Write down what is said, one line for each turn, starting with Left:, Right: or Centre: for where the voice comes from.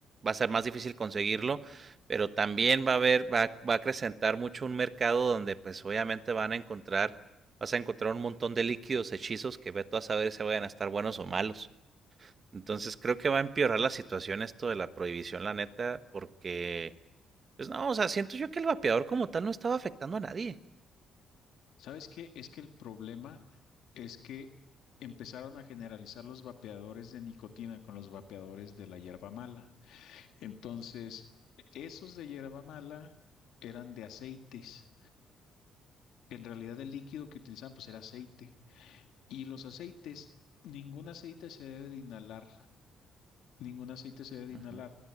Right: va a ser más difícil conseguirlo, pero también va a haber, va, a- va a acrecentar mucho un mercado donde pues obviamente van a encontrar, vas a encontrar un montón de líquidos, hechizos que ve tú a saber si vayan a estar buenos o malos. Entonces creo que va a empeorar la situación esto de la prohibición, la neta, porque, pues no, o sea, siento yo que el vapeador como tal no estaba afectando a nadie.
Left: ¿Sabes qué? Es que el problema es que empezaron a generalizar los vapeadores de nicotina con los vapeadores de la hierba mala. Entonces, esos de hierba mala eran de aceites. En realidad el líquido que utilizaban pues era aceite. Y los aceites, ningún aceite se debe de inhalar, ningún aceite se debe de
Right: Ajá,
Left: inhalar.